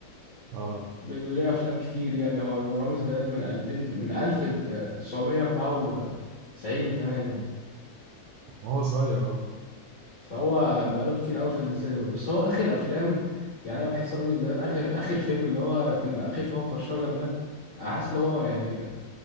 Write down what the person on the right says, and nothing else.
اه
هو صغير اه